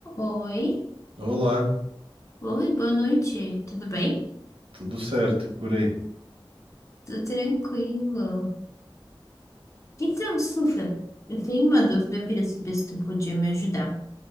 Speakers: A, on the left; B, on the right.
A: Oi,
B: Olá,
A: oi, boa noite, tudo bem?
B: tudo certo e por aí?
A: Tudo tranquilo. Então, escuta, eu tenho uma dúvida, eu queria saber se tu podia me ajudar.